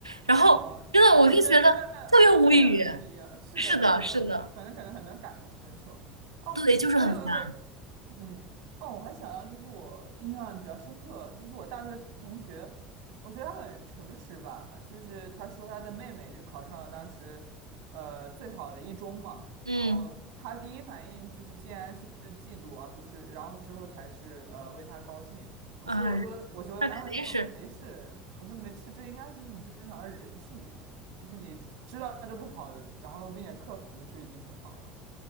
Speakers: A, on the right; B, on the right.
A: 然后真的我就觉得特别无语。
B: 哦，哎，我觉得真的，这真的没必要。是的，
A: 是的，
B: 是的，
A: 是的，
B: 我就反正可能很能感同身受。哦，
A: 对，就是很烦。
B: 还有一个，嗯，哦，我还想到就是我印象比较深刻，就是我大学同学，我觉得他很诚实吧，就是他说他的妹妹就考上了当时，呃，最好的一中嘛，
A: 嗯，
B: 然后他第一反应就是竟然是嫉妒，而不是，然后之后才是呃为他高兴。我说我说我就安慰他，
A: 哎，那肯定是。
B: 我说没事，我说没事，这应该是很正常的人性，就是你知道这不好，然后并且克服就已经很好了。